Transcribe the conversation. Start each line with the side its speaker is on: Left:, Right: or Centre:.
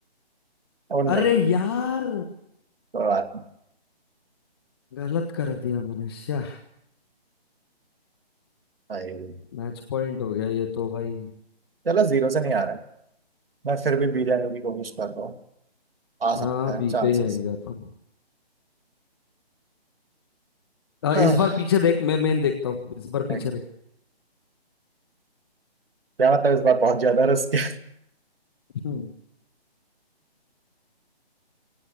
Right: और नहीं
Left: अरे यार
Right: कोई बात नहीं।
Left: गलत कर दिया मैंने श्या
Right: भाई
Left: मैच पॉइंट हो गया ये तो भाई
Right: चलो जीरो से नहीं आ रहा है मैं फिर भी बी जाने की कोशिश कर रहा हूँ आ
Left: हाँ
Right: सकता है
Left: बी
Right: चांसेस
Left: पे ही जाएंगे अपन आ,
Right: हाँ
Left: इस बार पीछे देख मैं मेन देखता हूँ इस बार
Right: ठीक
Left: पीछे
Right: है
Left: देख
Right: क्या मतलब इस बार बहुत ज्यादा रिस्क है
Left: हम्म,